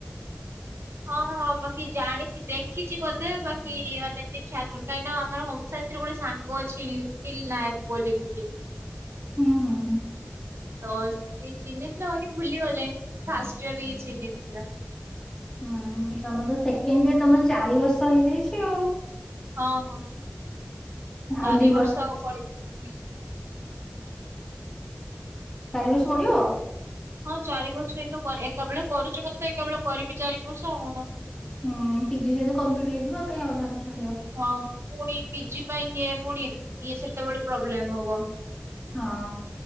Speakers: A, on the right; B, on the left.
A: ହଁ, ହଁ ବାକି ଜାଣିଛି, ଦେଖିଛି ବୋଧେ ବାକି ମାନେ ଏତେ ଖିଆଲ ପଡୁନି। କାହିଁକିନା ଆମର, ହୋମ ସାଇନ୍ସ ସେଥିରେ ପୁଣି ସାଙ୍ଗ ଅଛିି, ଲିଟିଲ୍ ନାଏକ ବୋଲି ଦିଦି।
B: ହୁଁ, ହୁଁ।
A: ତ ସିଏ ଚିହ୍ନିଥିଲା ବାକି ଭୁଲି ଗଲେଣି। ସେ ଫାଷ୍ଟଇୟର୍ ରେ ଚିହ୍ନିଥିଲା।
B: ହୁଁ, ତମର ସେକେଣ୍ଡ ଇୟର, ତମର ଚାରି ବର୍ଷ ହେଇଯାଇଛି ଆଉ।
A: ହଁ, ହଁ,
B: ଆଉ
A: ଚାରି
B: ଦି
A: ବର୍ଷ ପଡିଚି।
B: ତାରି ବର୍ଷ ପଡିବ?
A: ହଁ, ଚାରି ବର୍ଷ ହିଁ ତ ଏକା ବେଳେ କରୁଛୁ ମାନେ ତ, ଏକା ବେଳେ କରିବି ଚାରି ବର୍ଷ ଆଉ କଣ?
B: ହୁଁ। ହୁଁ, ପିଜି ସହିତ କଂପ୍ଲିଟ୍ ହେଇଯିବ। କାଇଁ ଆଉ ଅଧାରୁ ଛାଡିବ?
A: ହଁ ପିଜି ପାଇଁ ପୁଣି ଇଏ ଇଏ, ସେତେବେଳେ ପ୍ରୋବ୍ଲେମ ହବ।
B: ହଁ,